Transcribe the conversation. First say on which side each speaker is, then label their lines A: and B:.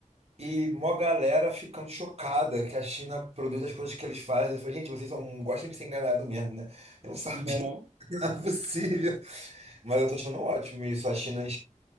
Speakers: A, on the right; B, on the right.
A: e mó galera ficando chocada que a China produz as coisas que eles fazem. Eu falei, gente, vocês são, gostam de ser enganado mesmo, né? Eu não sabia,
B: não é não?
A: <laughs> não é possível. Mas eu tô achando ótimo isso, a China